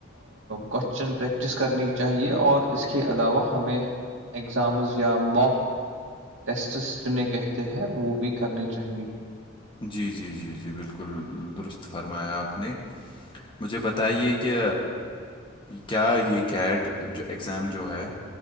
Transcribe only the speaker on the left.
جی جی جی جی بالکل درست فرمایا آپ نے مجھے بتائیے کہ کیا یہ کیٹ جو ایگزام جو ہے